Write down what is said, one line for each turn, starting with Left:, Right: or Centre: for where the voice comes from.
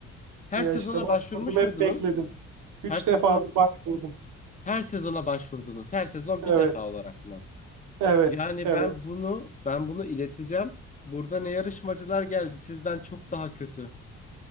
Left: Her
Right: Ya
Left: sezona
Right: işte başvurdum
Left: başvurmuş
Right: hep
Left: muydunuz?
Right: bekledim. Üç
Left: Her sezona
Right: defadır başvurdum.
Left: her sezona başvurdunuz. Her sezon
Right: Evet,
Left: bir defa olarak mı?
Right: evet,
Left: Yani
Right: evet,
Left: ben bunu ben bunu ileteceğim. Burada ne yarışmacılar geldi sizden çok daha kötü.